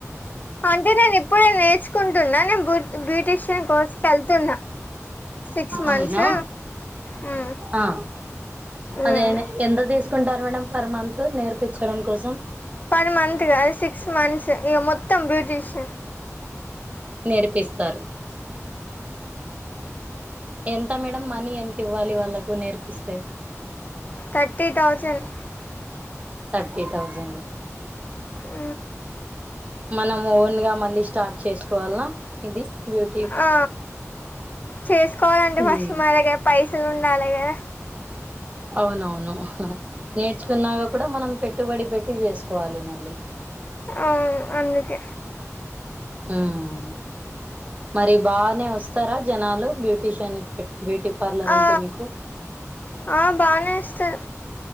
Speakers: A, on the left; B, on the right.
A: అంటే నేను ఇప్పుడే నేర్చుకుంటున్నా నేను బూ బ్యూటీషియన్ కోర్సు కేళ్తున్నా సిక్స్ మంత్స్
B: అవునా
A: మ్మ్
B: ఆ
A: మ్మ్
B: అదే ఎనె ఎంత తీస్ కుంటరు మేడం పర్మాన్తు నేర్పిచడం కోసం
A: పర్ మంత్ కాదు సిక్స్ మంత్స్ ఇగ మొత్తం బ్యూటీషన్
B: నేర్పిస్తారు ఎంత మేడం మనీ ఎంత ఇవ్వాలి వాళ్ళకు నేర్పిస్తే
A: థర్టీ తౌసన్డ్
B: థర్టీ థౌజండ్
A: ఊ
B: మనం ఓన్ గా మళ్ళీ స్టార్ట్ చేసుకోవాల్లా ఇదీ బ్యూటి
A: ఆ చేసుకోవాలంటే
B: ఉమ్
A: ఫస్ట్ మన దగ్గర పైసలుండాలే కదా
B: అవునవును హా నేర్చుకున్నాక కూడా మనం పెట్టుబడి పెట్టి చేసుకోవాలి మళ్ళీ
A: ఆ అందుకే
B: హ్మ్ మరి బానే వస్తారా జనాలు బ్యూటీషియన్ పెట్ బ్యూటీ పార్లర్
A: ఆ
B: అంటే మీకు
A: ఆ బానే వస్తార్